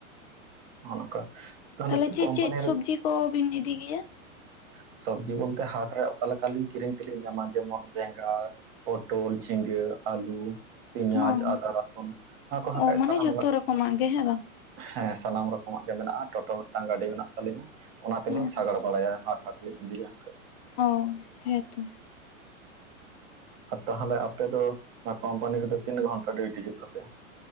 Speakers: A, on the right (about 50°); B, on the left (about 50°).
A: ᱚᱱᱠᱟ ᱛᱟᱦᱚᱞᱮ
B: ᱛᱟᱦᱞᱮ ᱪᱮᱜ
A: ᱠᱳᱢᱯᱟᱱᱤ
B: ᱪᱮᱜ ᱥᱚᱵᱽᱡᱤ
A: ᱨᱮ
B: ᱠᱚᱵᱤᱱ ᱤᱫᱤ ᱜᱮᱭᱟ?
A: ᱥᱚᱵᱽᱡᱤ ᱵᱚᱞᱛᱮ ᱦᱟᱴᱨᱮ ᱚᱠᱟ ᱞᱮᱠᱟ ᱞᱤᱧ ᱠᱤᱨᱤᱧ ᱛᱮᱞᱤᱧ ᱧᱟᱢᱟ ᱡᱮᱢᱚᱱ- ᱵᱮᱸᱜᱟᱲ ᱯᱚᱴᱚᱞ, ᱡᱷᱤᱸᱜᱟᱹ, ᱟᱹᱞᱩ ᱯᱮᱸᱭᱟᱡᱽ,
B: ᱦᱚᱸ
A: ᱟᱫᱟ, ᱨᱟᱹᱥᱩᱱ ᱚᱱᱟ ᱠᱚ ᱦᱟᱸᱜᱠᱷᱟᱡ
B: ᱚ ᱢᱟᱱᱮ
A: ᱥᱟᱱᱟᱢ
B: ᱡᱷᱚᱛᱚ ᱨᱚᱠᱚᱢᱟᱜ ᱜᱮ ᱦᱮᱸ ᱵᱟᱝ?
A: <unintelligible> ᱦᱮᱸ ᱥᱟᱱᱟᱢ ᱨᱚᱠᱚᱢᱟᱜ ᱜᱮ ᱢᱮᱱᱟᱜ-ᱟ, ᱴᱚᱴᱳ ᱢᱤᱫᱴᱟᱝ ᱜᱟᱹᱰᱤ ᱢᱮᱱᱟᱜ ᱛᱟᱹᱞᱤᱧᱟ ᱚᱱᱟ ᱛᱮᱞᱤᱧ
B: ᱦᱚᱸ
A: ᱥᱟᱸᱜᱟᱲ ᱵᱟᱲᱟᱭᱟ ᱦᱟᱴ ᱦᱟᱴ᱾ ᱠᱚᱞᱤᱧ ᱤᱫᱤᱭᱟ ᱠᱷᱟᱡ᱾
B: ᱚ ᱦᱮᱸᱛᱚ᱾
A: ᱟᱨ ᱛᱟᱦᱚᱞᱮ ᱟᱯᱮ ᱫᱚ ᱚᱱᱟ ᱠᱳᱢᱯᱟᱱᱤ ᱨᱮᱫᱚ ᱛᱤᱱ ᱜᱷᱚᱱᱴᱟ ᱰᱤᱩᱴᱤ ᱦᱩᱭᱩᱜ ᱛᱟᱯᱮᱭᱟ?